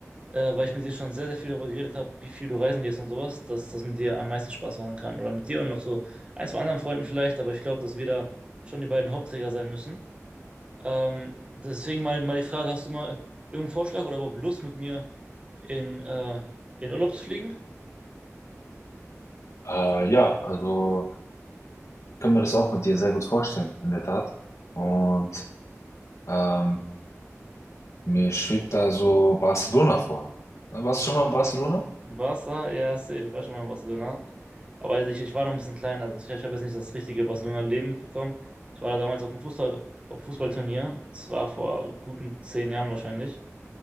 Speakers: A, on the right (about 20°); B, on the left (about 65°).
A: äh, weil ich mit dir schon sehr, sehr viel darüber geredet habe, wie viel du reisen gehst und sowas, dass das mit dir am meisten Spaß machen kann. Oder mit dir und noch so ein, zwei anderen Freunden vielleicht. Aber ich glaube, dass wir da schon die beiden Hauptträger sein müssen. Ähm, deswegen mal, mal die Frage, hast du mal irgendeinen Vorschlag oder überhaupt Lust mit mir in, äh, in Urlaub zu fliegen?
B: Äh, ja, also kann mir das auch mit dir sehr gut vorstellen, in der Tat. Und ähm, mir schwebt da so Barcelona vor. Äh, Warst du schon mal in Barcelona?
A: Barca, ja, safe. Ich war schon mal in Barcelona. Aber also ich, ich war noch ein bisschen klein, Also ich, ich habe jetzt nicht das richtige Barcelona-Leben mitbekommen. Ich war da damals auf dem Fußball, auf dem Fußballturnier. Das war vor guten zehn Jahren wahrscheinlich.